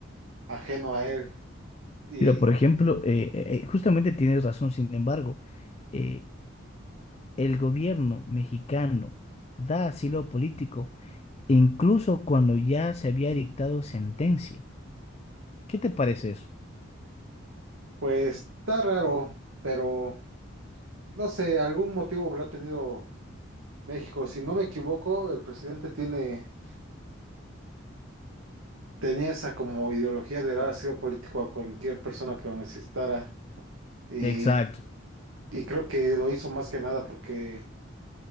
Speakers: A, on the right (about 80°); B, on the left (about 30°).
A: ajeno a él. Y
B: Mira, por ejemplo, eh, eh, eh, justamente tienes razón, sin embargo, eh, el gobierno mexicano da asilo político incluso cuando ya se había dictado sentencia. ¿Qué te parece eso?
A: Pues está raro, pero no sé, algún motivo habrá tenido México. Si no me equivoco, el presidente tiene, tenía esa como ideología de dar asilo político a cualquier persona que lo necesitara. Y,
B: Exacto.
A: y creo que lo hizo más que nada porque